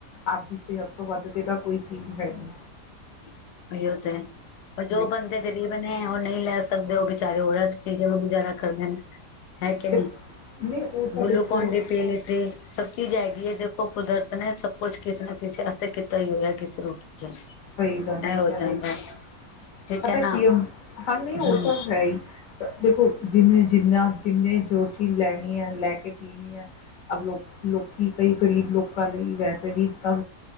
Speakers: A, on the left (about 60°); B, on the left (about 75°).
A: ਅਪਣੀ ਸਿਹਤ ਤੋਂ ਵੱਧ ਕੇ ਤਾਂ ਕੋਈ ਚੀਜ਼ ਹੈਗੀ
B: ਤੇਹੀ ਤਾਂ ਜੋ ਬੰਦੇ ਗ਼ਰੀਬ ਨੇ ਉਹ ਨਹੀਂ ਲੈ ਸਕਦੇ ਤੱਦੇ ਓਹ ਵਿਚਾਰੇ ਓ ਆਰ ਐਸ ਪੀ ਕੇ ਗੁਜ਼ਾਰਾ ਕਰਦੇ ਨੇ। ਹੈ ਕੇ
A: ਤੇ
B: ਨੀ,
A: ਨਹੀਂ ਉਹ ਤਾਂ
B: ਗਲੁ
A: ਦੇਖੋ
B: ਕੌਨ ਡੀ ਉਹ ਪੀ ਲੀਤੀ ਸਭ ਚੀਜ਼ਾਂ ਵੀ ਇਹ ਦੇਖੋ ਕੁਦਰਤ ਨੇ ਸਭ ਕੁਛ ਕਿਸੇ ਨਾ ਕਿਸੇ ਵਾਸਤੇ ਕੀਤਾ ਹੀ ਹੋਇਆ ਕਿਸ ਰੂਪ ਚ।
A: ਸਹੀ ਗੱਲ
B: ਇਹ
A: ਹੈ
B: ਹੋ ਜਾਂਦਾ
A: <unintelligible>
B: ਠੀਕ
A: ਪਤਾ
B: ਹੈ ਨਾ
A: ਕੀ ਹੁਨ, ਹਾਂ ਨਹੀਂ ਉਹ
B: ਹਮ
A: ਤਾਂ ਹੈ ਹੀ। ਦੇਖੋ ਜਿਹਨੇ ਜਿੰਨਾ ਜਿੰਨੇ ਜੋ ਚੀਜ਼ ਲੈਣੀ ਐ, ਲੈ ਕੇ ਪੀਣੀ ਐ, ਅ ਲੋਕ, ਲੋਕੀ ਕਈ ਗਰੀਬ ਲੋਕਾਂ ਲਈ ਵੈਸੇ ਵੀ ਤਾਂ